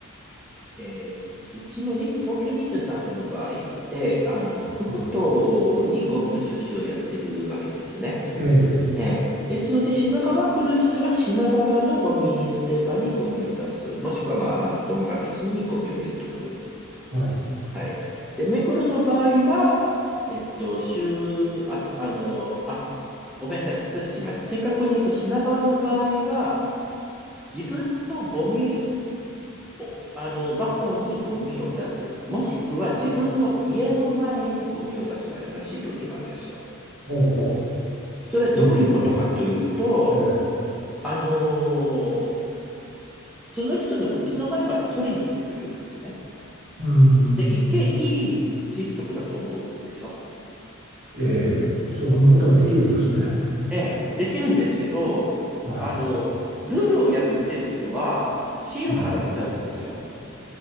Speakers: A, in the centre; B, on the right.
A: えーうちのに、東京23区の場合って、あの、区ごとにゴミの収集をやってるわけですね。
B: うんえ
A: ええ。ですので、品川区の人は品川のゴミ捨て場にゴミを出す。もしくは、まあ、あの、ゴミバケツにゴミを入れとく。
B: え、はい。
A: はい。で、目黒の場合は、えっと、週、あ、あの、あ、ごめんなさい。失礼しました。正確に言うと、品川の場合は、自分のゴミを、あの、箱にゴミを出す。もしくは、自分の家の前にゴミを出すが正しいルールなんですよ。
B: ほうほ
A: それはどういうことかというと、
B: う。自分の家の前。ええ。
A: あのその人の家の前まで取りに来てくれるんですね。
B: うーん。
A: で、一見いいシステムだと思うでしょ
B: ええ、そんなことができるんですね。
A: ええ、できるんですけど、
B: はい。
A: あの、ルールを破ってる人はシール貼られちゃうんですよ。
B: はい。